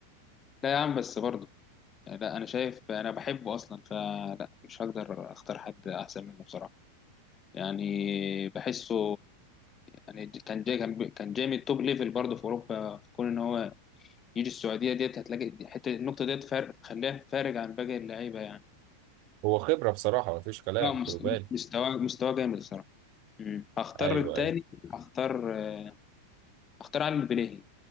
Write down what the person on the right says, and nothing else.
هو خبره بصراحه مفيش كلام
كوليبالي
ايوه
ايوه